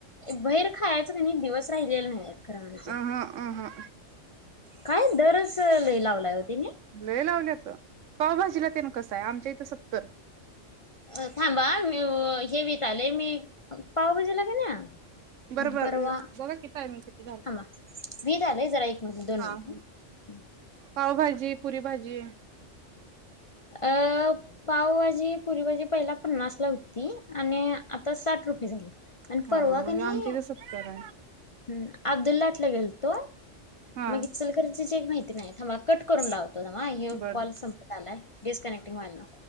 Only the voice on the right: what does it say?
अहं अहं
लय लावल्यात पावभाजीला ते ना कसं आहे आमच्या इथं सत्तर
बरोबर
बघा की टायमिंग किती झालं
हा
पावभाजी पुरी भाजी
हा
मग
आमच्या इथे सत्तर आहे.
हा
बर.